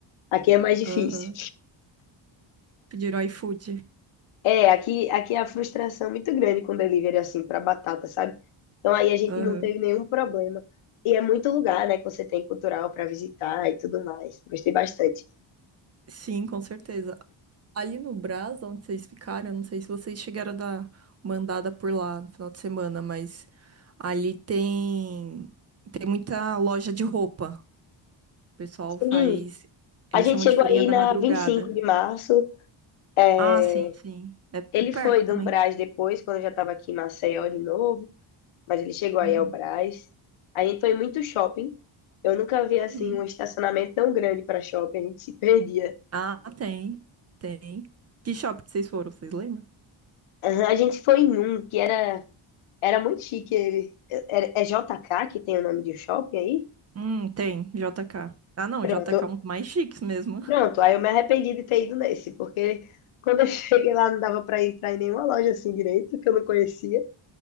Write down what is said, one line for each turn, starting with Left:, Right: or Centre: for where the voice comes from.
Left: Aqui é mais difícil.
Right: Aham. Pediram iFood.
Left: É, aqui, aqui é a frustração é muito grande com delivery assim para batata, sabe? Então aí a gente
Right: Aham.
Left: não teve nenhum problema. E é muito lugar, né, que você tem cultural para visitar e tudo mais. Gostei bastante.
Right: Sim, com certeza. Ali no Brás, onde vocês ficaram, eu não sei se vocês chegaram a dar uma andada por lá no final de semana, mas ali tem tem muita loja de roupa. O pessoal
Left: Sim,
Right: faz, eles
Left: a gente
Right: chamam
Left: chegou
Right: de feirinha
Left: aí
Right: da
Left: na
Right: madrugada.
Left: 25 de março. é,
Right: Ah, sim, sim. É, é
Left: Ele
Right: perto
Left: foi do
Right: também.
Left: Brás depois, quando eu já estava aqui em Maceió de novo, mas ele chegou aí
Right: Uhum.
Left: ao Brás. A gente foi muito shopping. Eu nunca vi assim
Right: Uhum.
Left: um estacionamento tão grande para shopping, a gente se perdia.
Right: Ah, tem. Tem. Que shopping que vocês foram, vocês lembram?
Left: Aham, A gente foi em um que era, era muito chique ele. É, é JK que tem o nome de shopping aí?
Right: Hum, tem, JK. Ah, não,
Left: Pronto,
Right: JK é um dos mais chiques mesmo.
Left: pronto. Aí eu me arrependi de ter ido nesse, porque quando eu <laughs> cheguei lá não dava para entrar em nenhuma loja assim direito, que eu não conhecia.